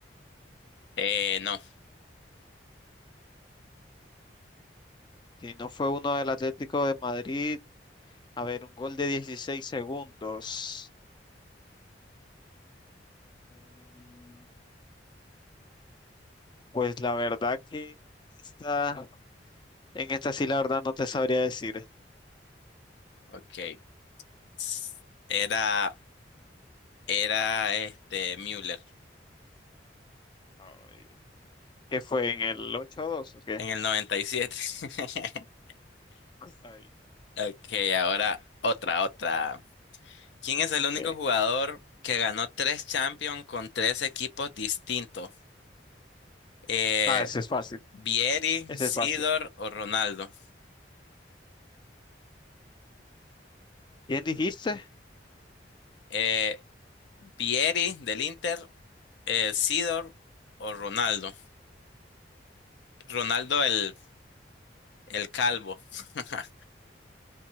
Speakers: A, on the left; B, on the left.
A: Eh, no,
B: Si no fue uno del Atlético de Madrid, a ver, un gol de 16 segundos. Mm, pues la verdad que esta, en esta sí la verdad no te sabría decir.
A: ok. S- Era, era este Müller
B: Ay. que fue en el 8 dos ¿o qué?
A: en el 97. <laughs>
B: Ay,
A: Ok, ahora otra, otra. ¿Quién es el único
B: ¿qué?
A: jugador que ganó tres Champions con tres equipos distintos? Eh,
B: Ah, ese es fácil,
A: Vieri,
B: ese
A: Sidor
B: es fácil.
A: o Ronaldo.
B: ¿Quién dijiste?
A: Eh, Vieri del Inter, eh, Sidor o Ronaldo. Ronaldo el, el calvo. <laughs>